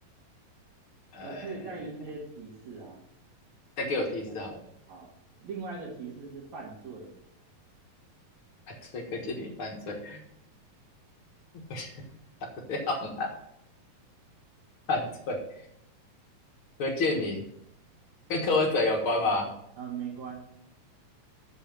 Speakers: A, on the left; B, on the right.
A: 呃，
B: 呃，可以带一些提示啊。如果
A: 再给我提示好了，
B: 好，另外一个提示是犯罪，
A: 犯罪，柯建民犯罪，<laughs> 我想这样啊犯罪，柯建民跟柯文哲有关吗？
B: 呃，没关，